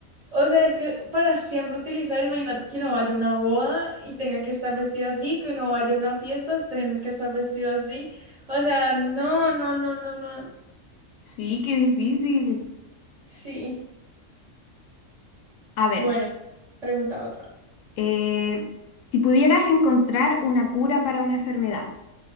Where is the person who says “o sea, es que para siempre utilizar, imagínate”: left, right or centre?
Right